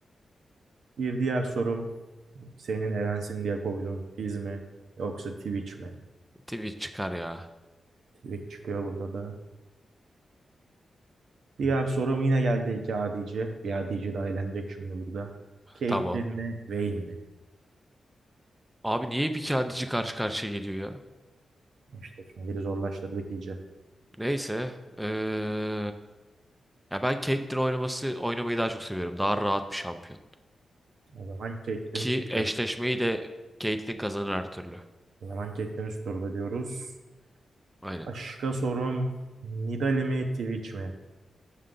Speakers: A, on the right; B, in the centre.
A: Bir diğer sorum senin Erensin diye koyduğun Fizz mi yoksa Twitch mi?
B: Twitch çıkar ya.
A: Twitch çıkıyor burada da. Diğer sorum yine geldi iki adici. Bir adici daha eğlenecek şimdi burada. Caitlyn
B: Tamam.
A: mi Vayne mi?
B: Abi niye hep iki adici karşı karşıya geliyor ya?
A: İşte şimdi biri zorlaştırdık iyice.
B: Neyse. eee, ya ben Caitlyn oynaması oynamayı daha çok seviyorum. Daha rahat bir şampiyon.
A: O zaman Caitlyn
B: Ki
A: çıktı.
B: eşleşmeyi de Caitlyn kazanır her türlü.
A: O zaman Caitlyn üst turda diyoruz.
B: Aynen.
A: Başka sorum Nidalee mi Twitch mi?